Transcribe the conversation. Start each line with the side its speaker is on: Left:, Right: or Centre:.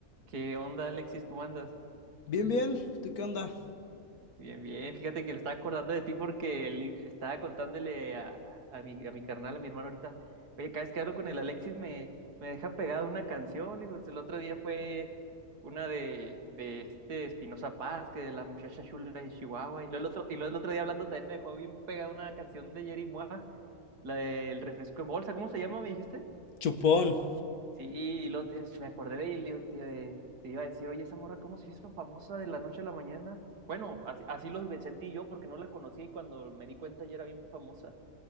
Right: ¿Qué onda, Alexis? ¿Cómo andas?
Left: Bien, bien. ¿Tú qué onda?
Right: Bien, bien. Fíjate que me estaba acordando de ti porque li- estaba contándole a, a mi, a mi carnal, a mi hermano ahorita. Oye, cada vez que hablo con el Alexis me, me deja pegada una canción. Le digo, el otro día fue una de, de este Espinoza Paz, que de la muchacha chula de Chihuahua. Y luego el otro, y luego el otro día hablando también me dejó bien pegada una canción de Jerry Mua, la del refresco en bolsa. ¿Cómo se llama, me dijiste?
Left: Chupón.
Right: Sí, y lo, es- me acordé de él, y te, te iba a decir, oye, esa morra, ¿cómo se hizo famosa de la noche a la mañana? Bueno, así, así los ve- sentí yo porque no la conocía y cuando me di cuenta ya era bien famosa.